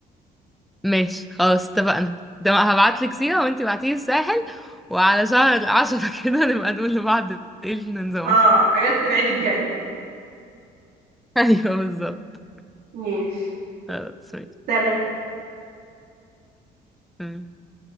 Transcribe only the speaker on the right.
اه اجازة العيد الجاية
ماشي
سلام